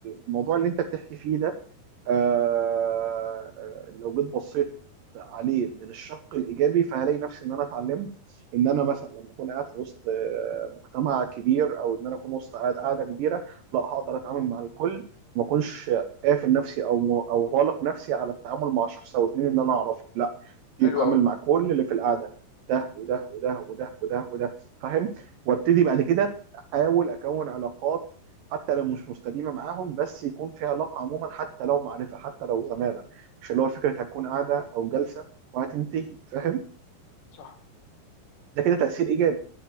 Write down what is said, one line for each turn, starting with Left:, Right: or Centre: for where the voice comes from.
Right: الموضوع اللي انت بتحكي فيه ده آه لو جيت بصيت عليه من الشق الايجابي فهلاقي نفسي ان انا اتعلمت ان انا مثلا لما اكون قاعد في وسط آه، مجتمع كبير او ان انا اكون وسط قاعد- قاعده كبيره لا هقدر اتعامل مع الكل ما اكونش قافل نفسي او م- او غالق نفسي على التعامل مع شخص او اتنين ان انا اعرفهم لا تتعامل
Left: حلو قوي
Right: مع كل اللي في القعده ده وده وده وده وده وده فاهم وابتدي بعد كده احاول اكون علاقات حتى لو مش مستديمه معاهم بس يكون في علاقه عموما حتى لو معرفه حتى لو زماله مش اللي هو فكره هتكون قاعده او جلسه وهتنتهي فاهم
Left: صح
Right: ده كده تاثير ايجابي